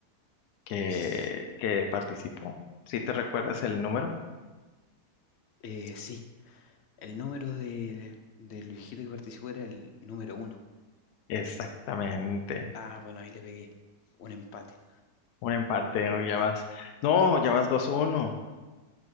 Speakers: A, on the left; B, on the left.
A: que,
B: S-
A: que participó, si te recuerdas el número?
B: eh, sí, el número de, del viejito que participó era el número uno.
A: Exactamente.
B: Ah, bueno, ahí le pegué un empate.
A: Un empate, o
B: Voy
A: ya
B: a dos.
A: vas. No, ya vas 2 uno